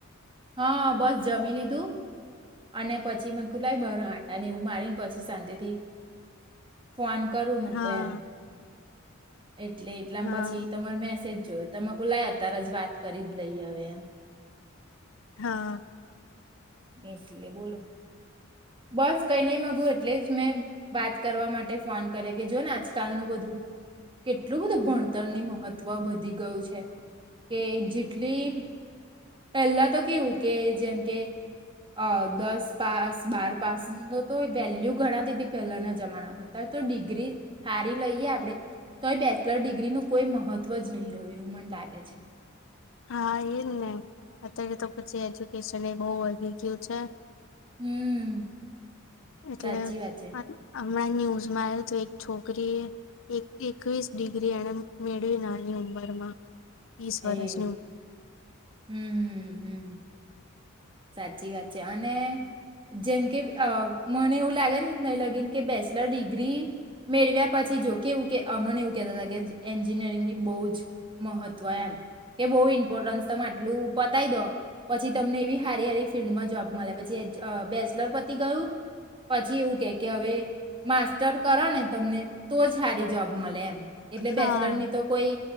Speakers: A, on the right; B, on the left.
A: હા બસ જમી લીધું અને પછી મે ખુલાય બ આટા ને એવું મારીને પછી શાંતિથી ફ્વાન કરું મકો
B: હા
A: એમ એટલે એટલામ
B: હા
A: પછી તમાર મેસેજ તકુલા અત્યારે જ વાત કરી જ લઈ હવે એમ
B: હા
A: એટલે બોલો બસ કઈ નહી માગુ એટલે જ મેં વાત કરવા માટે ફોન કરે કે જો ને આજકાલનું બધું કેટલું બધું ભણતરની મહત્વ વધી ગયું છે કે જેટલી પહેલા તો કેવું કે જેમ કે અ દસ પાસ બાર પાસનું તો તો વેલ્યુ ગણાતી હતી પહેલાના જમાનામાં ત તો ડિગ્રી હારી લઈએ આપણે તો બેચલર ડિગ્રીનું કોઈ મહત્વ જ નહીં રહ્યું એવું મને લાગે છે
B: હા એજ ને અત્યારે તો પછી એજ્યુકેશન એ બહુ વધી ગયું છે
A: હમ
B: એટલે
A: સાચી વાત છે
B: હમણાં ન્યૂઝમાં આવ તો એક છોકરીએ એક એકવીસ ડિગ્રી એને મેળવી નાની ઉંમરમાં. વીસ વર્ષ.
A: એવું હમ હમ હમ. સાચ. સાચી વાત છે અને. જેમ કે. અ મને એવું લાગે છે ન તઇ લગીન. કે બેચલર ડિગ્રી મેળવ્યા પછી જોકે એવું કે અમને એવું કેહેતા હતા કે એન્જિનિયરિંગની બહ જ મહત્વ એમ કે બહુ ઇમ્પોર્ટન્સ તમે આટલું પતાય દો પછી તમને એવી. સારી સારી ફિલ્ડમાં જોબ મળે પછી બેચલર પતી ગયું પછી એવું કે કે હવે માસ્ટર કરો ને તમને તો જ સારી જોબ મળે એમ. એટલે
B: હા
A: બેચલર ની તો કોઈ.